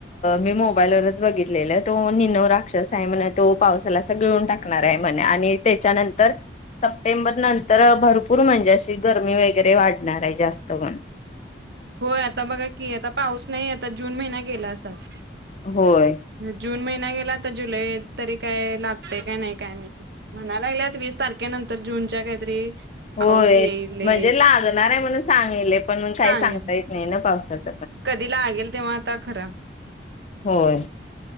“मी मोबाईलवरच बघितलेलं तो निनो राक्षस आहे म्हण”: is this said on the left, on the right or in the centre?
Left